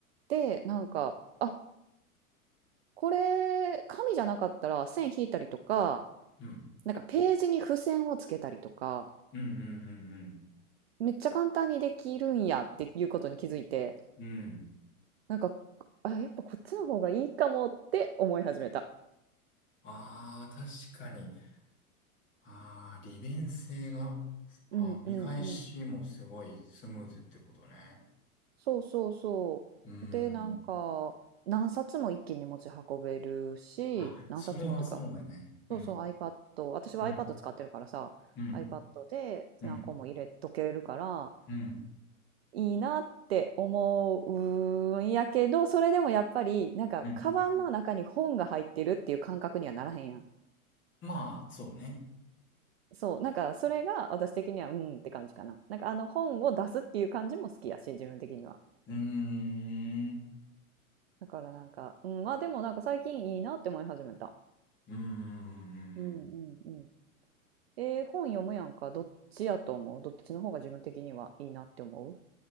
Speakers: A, on the right; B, on the left.
A: で、なんか、あ、これ、紙じゃなかったら線引いたりとか、
B: うん
A: なんかページに付箋をつけたりとか、
B: うんうんうんうんああなるほどねうんそうねなかなかね
A: めっちゃ簡単にできるんやっていうことに気づいて、
B: うんうんうんうんうんうんうんうんうんうんうんうんうん
A: なんか、あ、やっぱこっちの方がいいかもって思い始めた。
B: ああ確かに。ああ、利便性が、あー見返しもすごいスムーズってことね。
A: うんうんうん。そうそうそう。
B: うん。
A: で、なんか、何冊も一気に持ち運べるし、
B: あ、
A: 何冊もっていうか、
B: それはそうだね。うん。
A: そうそう、iPad、私は
B: うん。
A: iPad 使ってるからさ、
B: うん。
A: iPad で何個も入れとけるから、
B: うん。うん。
A: いいなって思うんやけど、それでもやっぱり、なんか、
B: うん
A: カバンの中に本が入ってるっていう感覚にはならへんやん。
B: まあ、そうね。
A: そう、なんか、それが私的には、うんって感じかな。なんか、あの本を出すっていう感じも好きやし、自分的には。
B: うーん。
A: だからなんか、うん、まあでもなんか最近いいなって思い始めた。
B: うんうんうんうんうん。
A: うんうんうん。えー、本読むやんか。どっちやと思うどっちの方が自分的にはいいなって思う